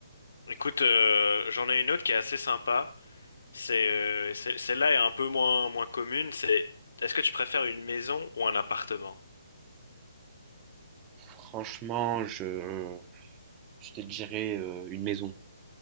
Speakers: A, on the left; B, on the right.
A: Écoute, euh, j'en ai une autre qui est assez sympa. C'est, euh, c'est- celle-là est un peu moins, moins commune. C'est, est-ce que tu préfères une maison ou un appartement?
B: Franchement, je, je te dirais euh, une maison.